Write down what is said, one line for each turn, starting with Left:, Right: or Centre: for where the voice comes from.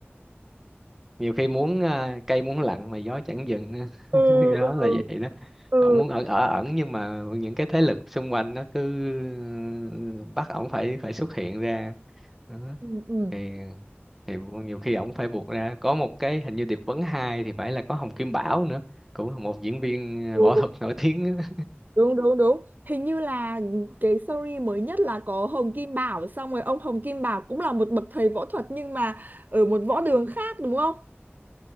Centre: nhiều khi muốn à, cây muốn lặng mà gió chẳng dừng á.
Right: ừ
Centre: <laughs> đó
Right: ừ
Centre: là vậy đó
Right: ừ
Centre: ổng muốn ẩn ở ẩn nhưng mà những cái thế lực xung quanh nó cứ ừ, bắt ổng phải phải xuất hiện ra đó.
Right: ừ ừ,
Centre: thì thì nhiều khi ổng phải buộc ra có một cái hình như điệp vấn hai thì phải là có Hồng Kim Bảo nữa cũng là một diễn viên
Right: ừ.
Centre: ờ, võ thuật nổi tiếng á.
Right: đúng đúng đúng hình như là cái story mới nhất là có Hồng Kim Bảo xong rồi ông Hồng Kim Bảo cũng là một bậc thầy võ thuật nhưng mà ở một võ đường khác đúng không